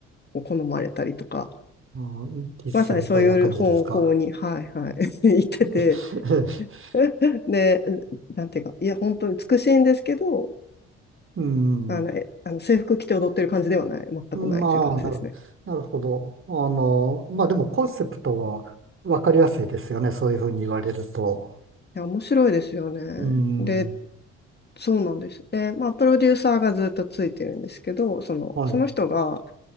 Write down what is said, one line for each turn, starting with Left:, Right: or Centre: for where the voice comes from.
Left: こう好まれたりとか、
Right: ああ、キスみたいな感じですか。
Left: まさにそういう方向に、はいはい、<laughs> 行ってて、
Right: <laughs>
Left: <laughs> で、なんていうか、いや、本当に美しいんですけど、
Right: うん。
Left: あの、えあの制服着て踊ってる感じではない、全くないという感じですね。
Right: まあ、なる、なるほど。あの、まあでもコンセプトはわかりやすいですよね。そういうふうに言われると。
Left: いや、面白いですよね。
Right: うーん、
Left: で、そうなんです。で、まあ、プロデューサーがずっとついてるんですけど、その、
Right: はい、
Left: その人が、
Right: う